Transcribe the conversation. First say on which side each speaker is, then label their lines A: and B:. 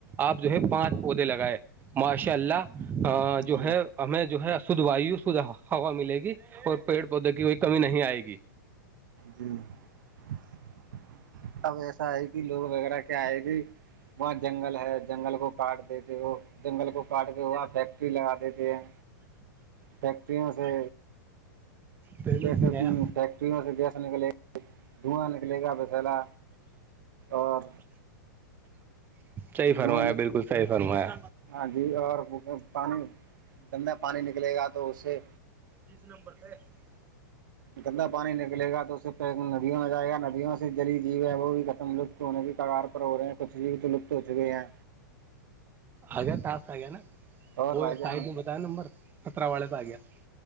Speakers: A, on the right; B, on the right.
A: آپ جو ہے پانچ پودے لگائے ماشاء اللہ
B: جی
A: جو ہے ہمیں جو ہے شھ وایو شھ ہوا ملے گی اور پیڑ پودے کی کوئی کمی نہیں آئے گی <unintelligible>
B: جی <unintelligible> اب ایسا آئے کہ لوگ وغیرہ کیا آئے گی وہاں جنگل ہے جنگل کو کاٹ دیتے وہ جنگل کو کاٹ کے وہاں فری لگا دیتے ہیں فیکٹریوں سے
A: پیمنٹ
B: بس
A: نہیں آیا
B: فیکٹری میں سے بس نکلے گی دھواں نکلے گا بسلا اور
A: صحی فرمایا
B: دھواں
A: بالکل صحی فرمایا
B: ہاں جی اور پانی گندہ پانی نکلے گا تو اس سے
A: تیس نمبر پہ <unintelligible>
B: گندا پانی نکلے گا تو اس سے پ ندیوں میں جائے گا ندیوں سے جلی جیو ہے وہ بھی ختم لط سونے کے کگار پر ہو رہے ہیں کچی بھی تو لپت ہو چکے ہیں
A: آ گیا ٹاس آ گیا نا
B: اور
A: وہ
B: بھائی جان
A: سائڈ نے بتایا نمبر خترہ والے پہ آ گیا <unintelligible>